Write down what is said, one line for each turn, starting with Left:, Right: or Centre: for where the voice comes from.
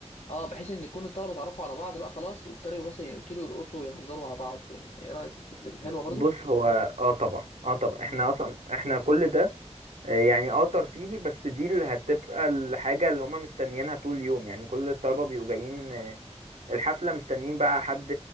Left: اه بحيث ان يكون الطلبه اتعرفوا على بعض بقى خلاص وابتدوا بس يبتدوا يرقصوا ويهزروا مع بعض يعني ايه رايك في الفكره دي حلوه برضو
Right: بص هو اه طبعا اه طبعا
Left: مم.
Right: احنا اصلا احنا كل ده يعني اه ترفيهي بس دي اللي هتبقى الحاجة اللي هما مستنيينها طول اليوم يعني كل الطلبة بيبقوا جايين آه، الحفلة مستنيين بقى حد